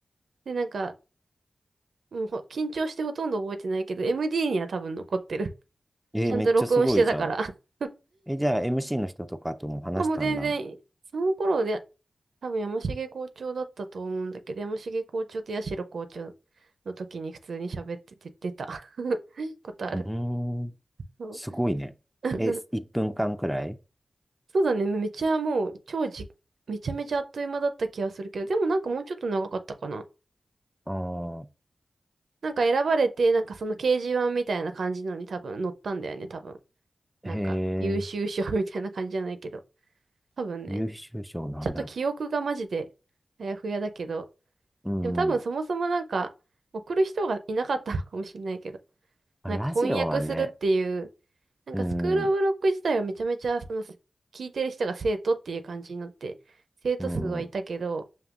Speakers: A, on the right; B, in the centre.
A: で、なんか、もうほ緊張してほとんど覚えてないけど、MD には多分残ってる。<laughs>
B: えー、
A: ちゃんと録音してたから。
B: めっちゃすごいじゃん。
A: <laughs>
B: え、じゃあ MC の人とかとも話したんだ。
A: まあもう全然、
B: う
A: その頃で、多分山重校長だったと思うんだけど、山重校長と八代校長の時に普通に喋ってて出た <laughs> ことある。
B: ーん、
A: そう
B: すごいね。
A: <laughs>
B: え、1分間くらい
A: そうだね。めっちゃもう、超じ、めちゃめちゃあっという間だった気がするけど、でもなんかもうちょっと長かったかな。
B: ああー、
A: なんか選ばれて、なんかその掲示板みたいな感じのに多分載ったんだよね、多分。なんか優秀賞
B: へえ、
A: <laughs> みたいな感じじゃないけど。多分ね。
B: 優秀賞なんだ。
A: ちょっと記憶がマジであやふやだけど。
B: うん。
A: でも多分そもそもなんか送る人がいなかったのかもしれないけど。
B: まあ、
A: なんか翻訳するっていう、
B: ラジオはね、
A: なんかスクールオブロック自体はめちゃめちゃその聞いてる人が生徒っていう感じになって、
B: うん、う
A: 生徒数はいたけど、
B: ん、う